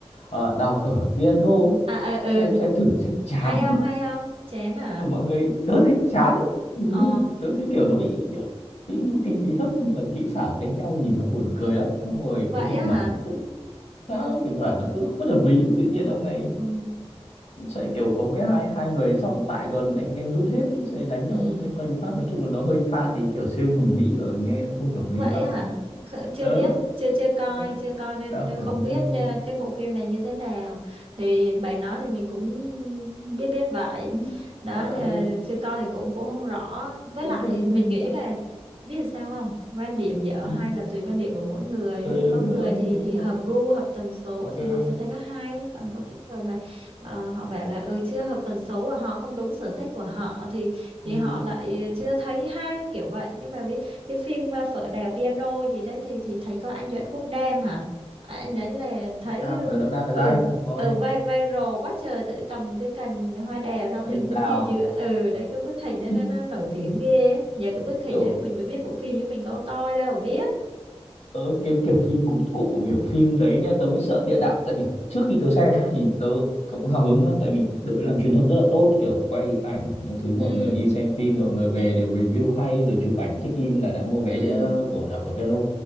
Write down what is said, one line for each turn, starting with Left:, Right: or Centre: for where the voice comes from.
Left: ờ, đào phở piano ấy.
Right: à ờ ừ
Left: xem xem thử xem chán
Right: hay không
Left: cực
Right: hay không chén à
Left: Ừ, mọi người tớ thấy chán ừ,
Right: ờ
Left: tớ thấy kiểu nó bị kiểu ý nó kinh phí thấp nhưng là kỹ xảo đánh nhau nhìn nó buồn cười lắm Xong rồi
Right: vậy
Left: cái kịch
Right: á
Left: bản
Right: hả
Left: nó cũng
Right: ừ
Left: sao kịch bản nó cứ không bất hợp lý tự nhiên ông này
Right: ừ
Left: sẽ kiểu có mỗi hai hai người sót lại còn anh em rút hết ấy, sẽ đánh nhau
Right: ừ
Left: lên quanh Pháp nói chung là nó hơi pha tí kiểu siêu anh hùng Mỹ và nghe nó không hợp
Right: Vậy
Left: lý lắm
Right: á hả? Kh- Chưa
Left: ờ
Right: biết, chưa chưa coi,
Left: ờ,
Right: chưa coi nên
Left: đạo phở
Right: không
Left: piano
Right: biết ờ, cái bộ phim này như thế nào. Thì bạn nói thì mình cũng biết biết vậy.
Left: Ừ,
Right: Đó
Left: là ờ,
Right: nhưng mà chưa coi thì cũng cũng không rõ. Với
Left: cũng
Right: lại
Left: hơi
Right: mình
Left: hơi
Right: nghĩ
Left: lạ.
Right: là biết sao không? Quan điểm dở
Left: Ừ.
Right: hay là tùy quan điểm của mỗi người.
Left: ừ
Right: Ví dụ
Left: đúng
Right: có người
Left: rồi
Right: thì
Left: đúng
Right: thì hợp
Left: rồi
Right: gu, hợp tần số thì
Left: ừ
Right: họ sẽ thấy nó hay, còn có những người mà ờ, họ bảo là ừ chưa hợp tần số của họ, không đúng sở thích của họ thì thì
Left: ừ,
Right: họ lại chưa thấy hay kiểu vậy. Nhưng mà ví cái phim à, Phở Đèo Piano gì đấy thì thì thấy có anh Doãn Quốc Đam hả À, anh đấy là thấy
Left: đào
Right: ừ
Left: ừ, đào đào ở
Right: ừ
Left: đây này, thôi
Right: ừ, vai viral quá trời tự cầm cái cành hoa đào xong
Left: cành
Right: đứng
Left: đào
Right: đứng giữa giữa ừ đấy cái bức hình đó
Left: <laughs>
Right: nó, nó nổi
Left: ừ.
Right: tiếng ghê á. nhờ cái bức hình
Left: kiểu
Right: đấy mình mới biết bộ phim chứ mình có coi đâu biết
Left: ờ, cái kiểu phim cúng cụ kiểu phim đấy nên tớ mới sợ địa đạo tại vì trước khi tớ xem nhá, thì tớ cũng hào hứng lắm tại vì đội làm truyền thông rất là tốt kiểu quay ảnh những thứ mọi
Right: ừ
Left: người đi xem phim mọi người về đều review hay rồi chụp ảnh check in là đã mua vé
Right: ừ
Left: đĩa của đảo phở piano